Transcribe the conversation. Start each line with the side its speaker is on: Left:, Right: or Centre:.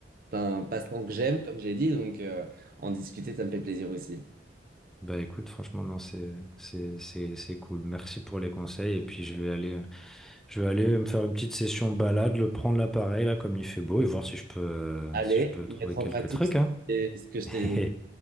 Right: C'est un passe-temps que j'aime, comme j'ai dit, donc euh, en discuter, ça me fait plaisir aussi.
Centre: Bah écoute, franchement, non, c'est, c'est, c'est, c'est cool. Merci pour les conseils. Et puis, je vais aller, je vais aller me faire une petite session balade, le prendre l'appareil, là, comme il fait beau, et voir si je peux,
Right: Allez,
Centre: si je peux
Right: mettre
Centre: trouver
Right: en
Centre: quelques
Right: pratique
Centre: trucs,
Right: ce
Centre: hein.
Right: que ce que je
Centre: <laughs>
Right: t'ai